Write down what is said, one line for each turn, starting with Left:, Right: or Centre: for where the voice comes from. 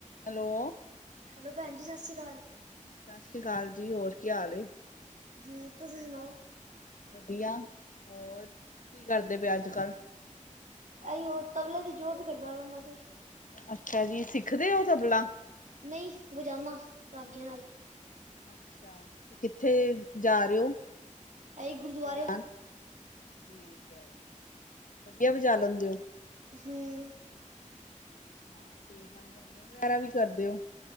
Left: Hello.
Right: Hello, ਭੈਣ ਜੀ ਸਤਿ ਸ਼੍ਰੀ ਅਕਾਲ।
Left: ਸਤਿ ਸ੍ਰੀ ਅਕਾਲ ਜੀ, ਹੋਰ ਕੀ ਹਾਲ ਏ?
Right: ਹੂੰ, ਤੁਸੀ ਸੁਣਾਓ?
Left: ਵਧੀਆ, ਹੋਰ ਕੀ ਕਰਦੇ ਪੇ ਅੱਜ-ਕੱਲ?
Right: ਅਈ ਓ ਤਬਲੇ ਦੀ ਜੋਬ ਈ ਕਰਦਾ ਵਾ ਮੈਂ ਤੇ।
Left: ਅੱਛਾ ਜੀ, ਸਿੱਖਦੇ ਓ ਤਬਲਾ?
Right: ਨਈ ਵਜਾਨਾ, ਰਾਗੀਆਂ ਨਾਲ।
Left: ਅੱਛਾ, ਤੇ ਕਿੱਥੇ ਜਾ ਰੇ ਓ?
Right: ਆਈ ਗੁਰਦੁਆਰੇ
Left: ਬਜਾਰ, ਠੀਕ ਐ। ਵਧੀਆ ਵਜਾ ਲੈਂਦੇ ਓ?
Right: ਹੂੰ।
Left: ਅੱਛਾ, ਤੇ ਹਾਰਮੋਨੀਅਮ ਵਗੈਰਾ ਵੀ ਕਰਦੇ ਓ?